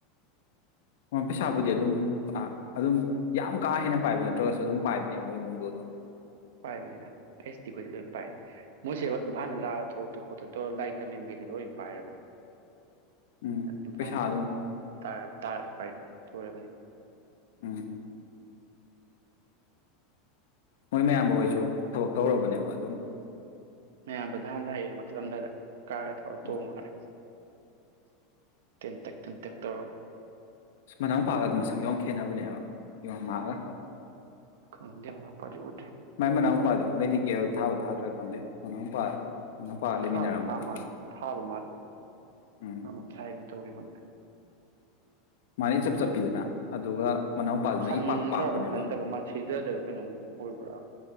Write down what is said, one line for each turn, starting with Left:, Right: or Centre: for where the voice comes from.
Left: ꯃꫭꯟ ꯄꯩꯁꯥꯕꯨꯗꯤ ꯑꯗꯨꯝ ꯑꯥ ꯑꯗꯨꯝ ꯌꯥꯝ ꯀꯥ ꯍꯦꯟꯅ ꯄꯥꯏꯕ ꯅꯠꯇ꯭ꯔꯒꯁꯨ ꯑꯗꯨꯝ ꯄꯥꯏꯕꯅꯦ ꯃꯣꯏ ꯏꯃꯨꯡꯗꯣ ꯑꯗꯨꯝ
Right: ꯄꯥꯏꯕꯅꯤꯗ ꯑꯦꯁ ꯇꯤ ꯈꯣꯏꯗꯤ ꯂꯣꯏ ꯄꯥꯏ꯫ ꯃꯣꯏꯁꯦ ꯏꯝꯐꯥꯜꯗ ꯂꯥꯛꯑ ꯊꯣꯛꯇ ꯈꯣꯠꯇꯅ ꯇꯧꯔꯒ ꯂꯥꯏꯔꯤꯛ ꯇꯝꯃꯤ ꯃꯈꯩꯁꯦ ꯂꯣꯏ ꯄꯥꯏꯔꯕꯅꯤ꯫
Left: ꯎꯝ
Right: <unintelligible> ꯏꯝꯐꯥꯟꯗ
Left: ꯄꯩꯁꯥ ꯑꯗꯨꯝ
Right: <unintelligible> ꯇꯥꯔꯞ ꯇꯥꯥꯔꯞ ꯚꯥꯏ ꯇꯣꯏꯔꯕꯅꯤ
Left: ꯎꯝ ꯃꯣꯏ ꯃꯌꯥꯝꯕ ꯍꫭꯏꯁꯨ ꯊꯕꯛ ꯇꯧꯔꯕꯅꯦꯕ ꯑꯗꯨꯝ
Right: ꯃꯌꯥꯝꯕꯗꯥ ꯍꯟꯅꯥ ꯂꯛꯑꯦ ꯃꯥ ꯆꯠꯂꯝ ꯗꯏꯗꯥ꯫ ꯀꯥꯔ ꯔꯥ ꯊꯧꯔ
Left: ꯑꯣ
Right: ꯇꯣꯡꯉ ꯂꯛꯑꯦ <unintelligible> ꯇꯦꯟꯇꯛ ꯇꯦꯟꯇꯛ ꯇꯧꯔ
Left: ꯑꯁ ꯃꯅꯥꯎꯅꯨꯄꯥꯒꯗꯨ ꯃꯁꯛ ꯌꯥꯝ ꯈꯦꯠꯅꯕꯅꯦ ꯍꯥꯏꯕ ꯌꯝ ꯃꯥꯒ꯫
Right: ꯈꯪꯗꯦ ꯃꯅꯥꯎ ꯅꯨꯄꯥꯗꯤ ꯎꯗ꯭ꯔꯦ
Left: ꯃꯥꯏ ꯃꯅꯥꯎ ꯅꯨꯄꯥꯗꯨꯣ ꯃꯦꯗꯤꯀꯦꯜ ꯊꯥꯕ ꯊꯥꯗ꯭ꯔꯥ ꯈꯪꯗꯦ ꯃꯅꯥꯎꯄꯥ ꯃꯅꯥꯎꯄꯥꯒ ꯂꯩꯃꯤꯟꯅꯔꯝꯕꯅꯦ
Right: ꯊꯥꯗꯤ ꯊꯥ ꯃꯥꯜꯂꯦ ꯊꯥꯕ ꯃꯥꯜꯂꯦꯀꯣ
Left: ꯎꯝ
Right: <unintelligible> ꯇꯧꯒꯦ <unintelligible>
Left: ꯃꯥꯅ ꯏꯆꯞ ꯆꯞꯄꯤꯗꯅ
Right: ꯈꯟ
Left: ꯑꯗꯨꯒ ꯃꯅꯥꯎꯄꯥꯗꯨꯅ
Right: ꯈꯟꯈ꯭ꯔꯕ꯭ꯔ
Left: ꯏꯄꯥꯛ ꯄꯥꯛꯄꯅꯦꯕ
Right: ꯈꯟꯗ꯭ꯔꯕ꯭ꯔ ꯃꯥ ꯁꯤꯖꯥ ꯗꯔꯥ ꯀꯩꯅꯣꯝ ꯑꯣꯏꯕ꯭ꯔ